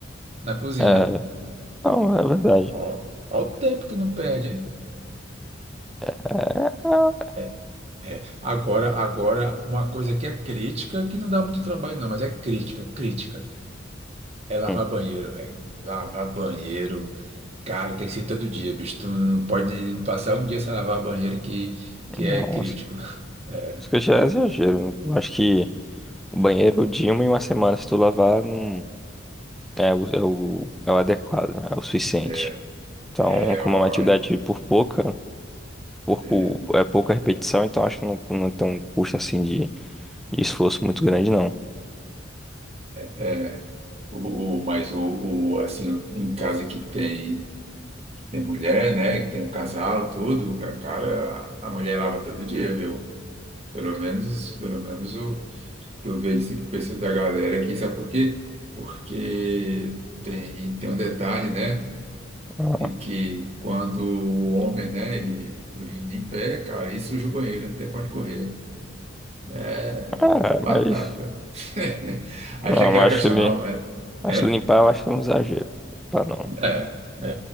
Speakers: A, on the right; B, in the centre.
A: Na cozinha.
B: É. Não, é verdade.
A: Ó, ó o tempo que não perde, hein?
B: É. é,
A: É, é. Agora, agora, uma coisa que é crítica, que não dá muito trabalho, não, mas é crítica, crítica. É lavar
B: hum,
A: banheiro, velho. Lavar banheiro. Cara, tem que ser todo dia, bicho. Tu não pode passar um dia sem lavar banheiro que, que
B: Não,
A: é crítico.
B: acho que
A: né? É,
B: acho que já é exagero. né? Eu acho que o banheiro, de uma em uma semana, se tu lavar, não. É o, é o, é o adequado, né? é o suficiente.
A: é,
B: Então,
A: é,
B: como
A: ó,
B: é uma atividade por pouca, pouco,
A: é,
B: é pouca repetição, então acho que não, não tem um custo assim de. de esforço muito grande, não.
A: é. O, o- mas o, o, assim, em casa que tem. Tem mulher, né? que Tem um casal, tudo. A cara, a mulher lava todo dia, viu? Pelo menos, pelo menos o que eu vejo, assim, que o pessoal da galera aqui, sabe por quê? Porque tem, tem um detalhe, né?
B: Ah,
A: E que quando o homem, né, ele urina em pé, cara, aí suja o banheiro, não tem pra onde correr. É,
B: é,
A: é batata.
B: mas
A: <laughs> Aí
B: não,
A: tem aquela
B: acho
A: questão,
B: que ele.
A: não, é.
B: Acho
A: é?
B: que limpar eu acho que é um exagero. Limpar não.
A: É, é,